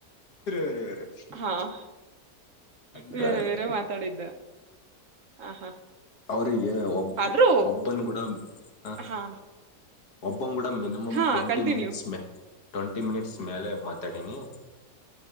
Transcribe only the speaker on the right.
ಆಹ್,
ಬೇರೆ ಬೇರೆ ಮಾತಾಡಿದ್ದ ಹ ಹಾ.
ಆದ್ರೂ
ಹಾ
ಹಾ
ಕಂಟಿನ್ಯೂ